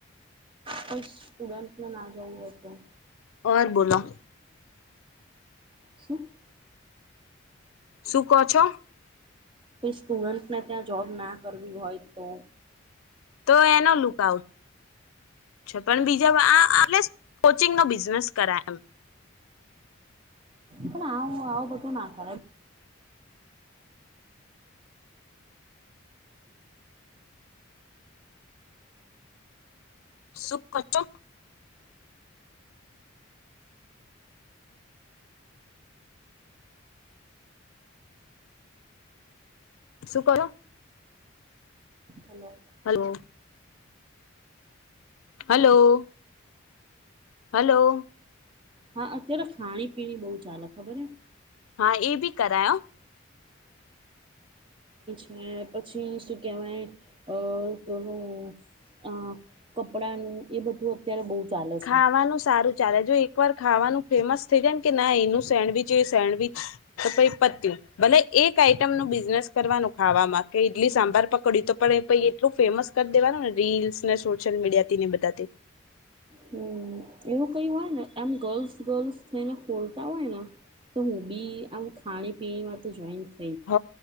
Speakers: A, on the right; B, on the left.
A: કોઈ સ્ટુડન્ટને ના જવું હોય. તો
B: ઑર બોલો.
A: શું.
B: શું કહ છો.
A: કે સ્ટુડન્ટને ત્યાં જોબ ના કરવી હોય તો.
B: તો એનો લુક આઉટ છે પણ બીજા આ. કોચિંગ ન બિઝનેસ કરાય એમ.
A: પણ આવું આવું બધું ના કર.
B: સુખખચો. શું કરો.
A: હલો.
B: Hello hello. હલો.
A: હા અત્યારે ખાણી પીણી બહુ ચાલે ખબર હ.
B: હા એ બી કરાયો.
A: હ પછી શું કેહેવાય અ તોોનું. અ કપડાનું એ બધું અત્યારે બહુ ચાલે છે.
B: ખાવાનું સારું ચાલે જો એક વાર ખાવાનું ફેમસ થઇ જને કે ના એનું સેન્ડવિચ એ સેન્ડવિચ તો પછ પતયુ. ભલે એક આઈટમ નું બિઝનેસ કરવાનું ખાવામાં કે ઈડલી સાંભાર પકડ્યું તો પણ એટલું ફેમસ. મસ્ત કરી દેવાનું ને રીલ્સ ને સોશિયલ મીડિયા ને બધા.
A: હમ્મ એવું કયું હોય ને એમ ગર્લ્સ ગર્લ્સ. થને ખોલતા હોય ને તો હું બી આવું ખાણી પીણી માં તો જોઈ.
B: હ